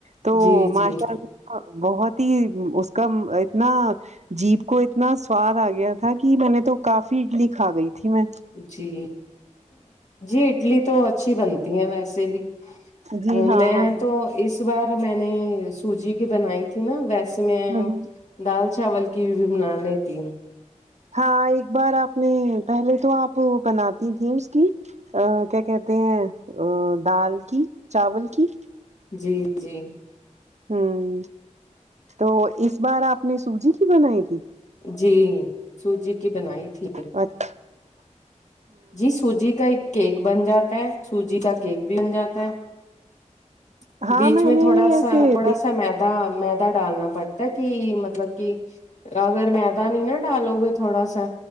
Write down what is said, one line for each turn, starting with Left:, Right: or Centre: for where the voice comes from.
Right: تو
Left: جی
Right: ماشاء
Left: جی
Right: اللہ بہت ہی اس کا اتنا جیپ کو اتنا سواد آ گیا تھا کہ میں نے تو کافی اڈلی کھا گئی تھی میں
Left: جی جی اڈلی تو اچھی بنی ہیں ویسے بھی
Right: جی
Left: ا
Right: ہاں
Left: میں
Right: ہاں
Left: تو اس بار میں نے سوجی کی بنائی تھی نا ویسے میں
Right: ہ ہ
Left: دال چاول کی بھی بنا لیتی ہوں
Right: ہاں ایک بار آپ نے پہلے تو آپ بناتی تھی اس کی ا کیا کہتے ہیں ا دال کی چاول کی
Left: جی جی
Right: ہوں تو اس بار آپ نے سوجی کی بنائی تھی
Left: جی سوجی کی بنائی تھی
Right: وٹھ
Left: جی سوجی کا ایک کیک بن جاتا ہے سوجی کا کیک بھی بن جاتا ہے
Right: ہاں
Left: بیچ میں
Right: نے
Left: تھوڑا
Right: بھی ایسے
Left: سا
Right: د
Left: تھوڑا سا میدا میدا ڈالنا پڑتا ہے کی مطلب کہ اگر میدا نہیں نا ڈالو گے تھوڑا سا